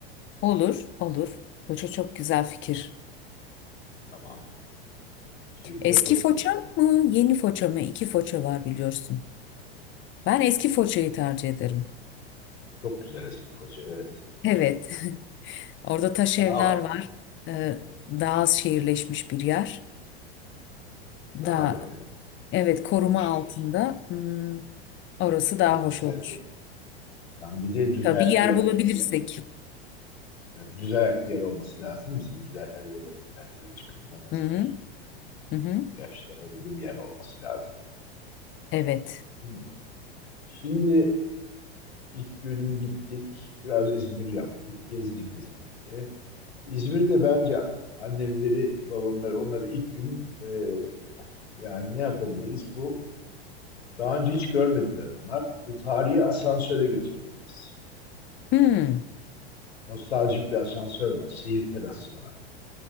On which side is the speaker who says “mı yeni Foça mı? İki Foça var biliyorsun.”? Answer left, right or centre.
Left